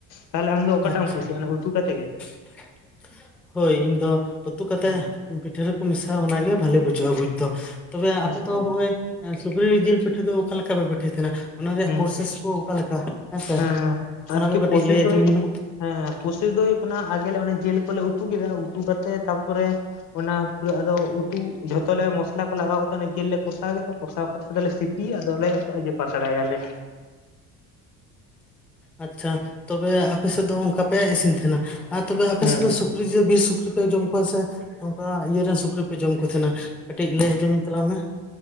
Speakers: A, on the left; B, in the centre.
A: ᱛᱟᱦᱞᱮ ᱟᱢ ᱫᱚ ᱚᱠᱟᱴᱟᱜ
B: ᱟᱪᱪᱷᱟ
A: ᱮᱢ ᱠᱩᱥᱤᱭᱟᱜᱼᱟ ᱚᱱᱟ ᱩᱛᱩ ᱠᱟᱛᱮ ᱜᱮ᱾
B: <inaudible> ᱦᱳᱭ ᱤᱧ ᱫᱚ ᱩᱛᱩ ᱠᱟᱛᱮ,
A: ᱦᱮᱸ
B: ᱯᱤᱴᱷᱟᱹ ᱨᱮᱠᱚ ᱢᱮᱥᱟ ᱚ ᱜᱮ ᱵᱷᱟᱹᱞᱤ ᱵᱩᱡᱷᱟᱹ᱾ ᱵᱩᱡᱼᱟ ᱵᱩᱡ
A: ᱦᱮᱸ,
B: ᱫᱚ ᱛᱚᱵᱮ ᱟᱯᱮ
A: ᱟᱪᱪᱷᱟ
B: ᱫᱚ ᱱᱚᱜᱼᱚᱭ ᱥᱩᱠᱨᱤ ᱡᱤᱞ ᱯᱤᱴᱷᱟᱹ ᱫᱚ ᱚᱠᱟ ᱞᱮᱠᱟ ᱯᱮ ᱯᱤᱴᱷᱟᱹᱭ ᱛᱟᱦᱮᱱᱟ? ᱚᱱᱟ ᱨᱮᱭᱟᱜ
A: ᱦᱩᱸ
B: ᱯᱨᱚᱥᱮᱥ ᱠᱚ ᱚᱠᱟ ᱞᱮᱠᱟ? ᱦᱮᱸᱥᱮ
A: ᱦᱮᱸ
B: ᱚᱱᱟ
A: ᱟᱨᱠᱤ
B: ᱠᱚ ᱠᱟᱹᱴᱤᱡ
A: ᱯᱨᱚᱥᱮᱥ
B: ᱞᱟᱹᱭ ᱟᱸᱡᱚᱢ
A: ᱫᱚ ᱦᱩᱭᱩᱜ
B: ᱟᱹᱧ ᱢᱮ᱾
A: ᱦᱮᱸ ᱯᱚᱥᱮᱥ ᱫᱚ ᱦᱩᱭᱩᱜ ᱠᱟᱱᱟ, ᱟᱜᱮᱞ ᱚᱱ ᱡᱤᱞ ᱠᱚᱞᱮ ᱩᱛᱩ ᱠᱮᱫᱟ, ᱩᱛᱩ ᱠᱟᱛᱮᱜ ᱛᱟᱨᱯᱚᱨᱮ ᱚᱱᱟ ᱯᱩᱨᱟᱹ ᱟᱫᱚ ᱛᱩ ᱡᱷᱚᱛᱚᱮ ᱢᱚᱥᱞᱟ ᱠᱚ ᱞᱟᱜᱟᱣ ᱠᱟᱛᱮ ᱡᱤᱞ ᱞᱮ ᱠᱚᱥᱟᱣ ᱠᱮᱫᱟ, ᱠᱚᱥᱟᱣ ᱠᱟᱛᱮ ᱟᱫᱚᱞᱮ ᱥᱤᱯᱤᱭᱟ ᱟᱫᱚᱞᱮ ᱯᱟ <unintelligible> ᱪᱟᱲᱟᱭᱞᱮ
B: ᱟᱪᱷᱟ ᱛᱚᱵᱮ ᱟᱯᱮ ᱥᱮᱫ ᱫᱚ ᱚᱱᱠᱟᱯᱮ ᱤᱥᱤᱱ ᱛᱟᱦᱮᱱᱟ, ᱟᱨ ᱛᱚᱵᱮ ᱟᱯᱮ
A: ᱦᱮᱸ
B: ᱥᱮᱫ ᱫᱚ ᱥᱩ ᱥᱩᱠᱨᱤ ᱡ ᱵᱤᱨ ᱥᱩᱠᱨᱤ ᱯᱮ ᱡᱚᱢ ᱠᱚᱣᱟ ᱥᱮ, ᱱᱚᱝᱠᱟ ᱤᱭᱟᱹᱟᱹᱨ ᱨᱮᱱ ᱥᱩᱠᱨᱤ ᱯᱮ ᱡᱚᱢ ᱠᱚ ᱛᱟᱦᱮᱱᱟ᱾ ᱠᱟᱹᱴᱤᱡ ᱞᱟᱹᱭ ᱟᱸᱚᱢᱟᱹᱧ ᱛᱟᱝ ᱢᱮ?